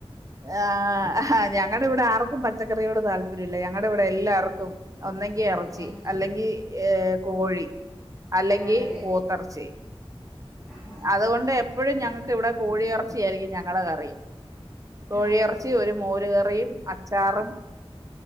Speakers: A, on the right; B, in the centre.
A: ആ്് ഞങ്ങളടെ ഇവിടെ ആർക്കും പച്ചക്കറിയോട് താല്പര്യല്ല ഞങ്ങളുടെ ഇവിടെ എല്ലാർക്കും ഒന്നെങ്കി ഇറച്ചി
B: ആ
A: അല്ലെങ്കിൽ ഏർ കോഴി അല്ലെങ്കി
B: ആണല്ലേ
A: പൂത്തറച്ചി
B: ആഹാ
A: അതുകൊണ്ട് എപ്പോഴും ഞങ്ങക്ക് ഇവിടെ കോഴിയിറച്ചിയ ആായിരിക്കും ഞങ്ങ കറും തൊഴിയിറച്ചി
B: ആണോ ഓ
A: ഒരു മോരുകറിയും ചാറും